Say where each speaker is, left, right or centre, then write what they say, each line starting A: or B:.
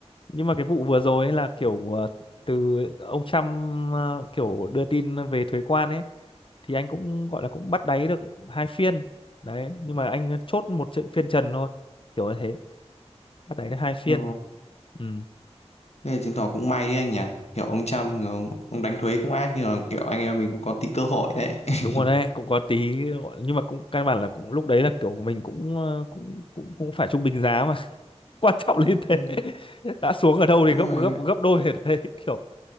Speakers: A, on the left; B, on the left.
A: nhưng mà cái vụ vừa rồi ấy là kiểu ờ, từ ông Trump ờ, kiểu đưa tin về thuế quan ấy thì anh cũng gọi là cũng bắt đáy được hai phiên đấy nhưng mà anh chốt một trận phiên trần thôi kiểu như thế bắt đáy được hai phiên
B: Ờ.
A: ừ
B: Thế là chứng tỏ cũng may đấy anh nhỉ. Kiểu ông Trump người ông, ông đánh thuế cũng ác nhưng mà kiểu anh em mình cũng có tí cơ hội đấy.
A: đúng rồi
B: <laughs>
A: đấy cũng có tí gọi- nhưng mà cũng căn bản là cũng lúc đấy là kiểu mình cũng ờ, cũng cũng cũng phải trung bình giá mà <laughs> quan trọng là như thế
B: Ừ,
A: <laughs> đã xuống ở đâu
B: đúng
A: thì gấp
B: rồi anh
A: gấp
B: ạ.
A: gấp đôi ở đấy <laughs> kiểu